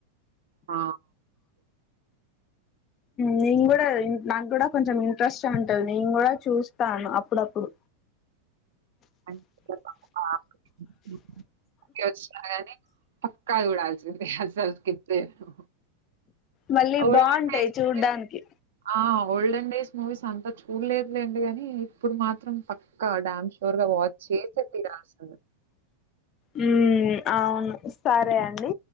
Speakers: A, on the right; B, on the left.
A: ఆ!
B: నేను కూడా నాకు కూడా కొంచెం ఇంట్రెస్ట్ ఉంటది నేను కూడా చూస్తాను అప్పుడప్పుడు
A: <unintelligible> పక్కా చూడాల్సిందే అసలు స్కిప్ చేయను
B: మళ్ళీ
A: ఓల్డెన్
B: బాగుంటాయి
A: డేస్
B: చూడ్డానికి
A: మూవీస్ ఆ! ఓల్డెన్ డేస్ మూవీస్ అంతా చూడలేదులేండి గానీ ఇప్పుడు మాత్రం పక్క డ్యామ్ ష్యూర్ త్వరగా వాచ్ చేసితీరాలి అసలు
B: మ్మ్ అవును సరే అండి